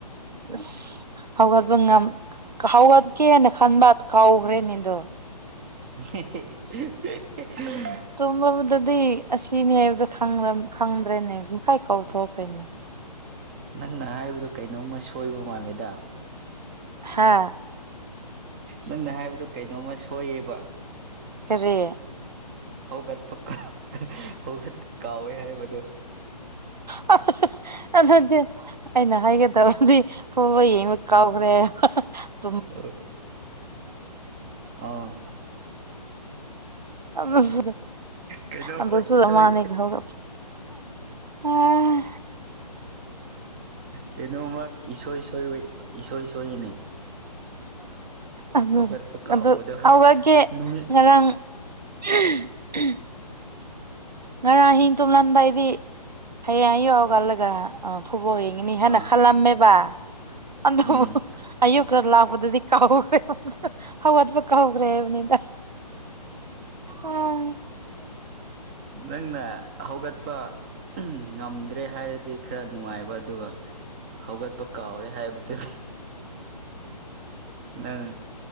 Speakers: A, on the right; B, on the right.
A: ꯑꯁ ꯍꯧꯒꯠꯄ ꯉꯝ ꯍꯧꯀꯦꯅ ꯈꯟꯕ ꯀꯥꯎꯈ꯭ꯔꯦꯅꯦꯗꯣ
B: <inaudible>
A: ꯇꯨꯝꯕꯗꯗꯤ ꯑꯁꯤꯅꯦ ꯍꯥꯏꯕꯗꯨ ꯈꯪꯗ꯭ꯔꯦꯅꯦ ꯌꯨꯝꯈꯥꯏ ꯀꯥꯎꯊꯣꯛꯈ꯭ꯔꯦꯅꯦ꯫
B: ꯅꯪꯅ ꯍꯥꯏꯕꯗꯣ ꯀꯩꯅꯣꯝꯃ ꯁꯣꯏꯕ ꯃꯥꯜꯂꯦꯗ
A: ꯍꯥ
B: ꯅꯪꯅ ꯍꯥꯏꯕꯗꯣ ꯀꯩꯅꯣꯝꯃ ꯁꯣꯏꯌꯦꯕ꯫
A: ꯀꯔꯤ
B: ꯍꯧꯒꯠꯄ ꯍꯧꯒꯠꯄ ꯀꯥꯎꯋꯦ ꯍꯥꯏꯕꯗꯣ꯫
A: <unintelligible> ꯑꯗꯨ ꯑꯩꯅ ꯍꯥꯏꯒꯦꯇꯧꯕꯗꯤ ꯐꯨꯠꯕꯣꯜ ꯌꯦꯡꯕ ꯀꯥꯎꯈ꯭ꯔꯦ ꯍꯥꯏꯕ
B: <inaudible> ꯑꯥ
A: ꯑꯗꯨꯁꯨ
B: ꯀꯩꯅꯣꯝꯃ
A: ꯑꯗꯨꯁꯨ
B: ꯏꯁꯣꯏ
A: ꯃꯥꯅꯤꯒꯤ ꯍꯧꯔꯛ ꯎꯝ
B: ꯀꯩꯅꯣꯝ ꯑꯃ ꯏꯁꯣꯏ ꯏꯁꯣꯏ ꯏꯁꯣꯏꯌꯦꯅꯦ
A: ꯑꯗꯨ
B: ꯍꯧꯒꯠꯄ ꯀꯥꯎꯕꯗꯣ
A: ꯑꯗꯨ ꯍꯧꯒꯠꯀꯦ
B: ꯅꯨꯃꯤꯠ
A: ꯉꯔꯥꯡ ꯎꯝ ꯎꯝ ꯉꯔꯥꯡ ꯑꯍꯤꯡ ꯇꯨꯝꯂꯝꯗꯥꯏꯗꯤ ꯍꯌꯦꯡ ꯑꯌꯨꯛ ꯍꯧꯒꯠꯂꯒ ꯑꯥ ꯐꯨꯕꯣꯜ ꯅꯤꯅꯤ ꯍꯥꯏꯅ
B: ꯑꯥ
A: ꯈꯜꯂꯝꯃꯦꯕ ꯑꯗꯣꯕꯨ
B: ꯎꯝ
A: ꯑꯌꯨꯛꯀ ꯂꯥꯛꯄꯗꯗꯤ ꯀꯥꯎꯈ꯭ꯔꯦ ꯍꯧꯒꯠꯄ ꯀꯥꯎꯈ꯭ꯔꯦ ꯍꯥꯏꯕꯅꯤꯗ꯫ ꯑꯥ
B: ꯅꯪꯅ ꯍꯧꯒꯠꯄ ꯉꯝꯗ꯭ꯔꯦ ꯍꯥꯏꯔꯗꯤ ꯈ꯭ꯔ ꯅꯨꯡꯉꯥꯏꯕ ꯑꯗꯨꯒ ꯍꯧꯒꯠꯄ ꯀꯥꯎꯔꯦ ꯍꯥꯏꯕꯗꯨꯗꯤ ꯅꯪ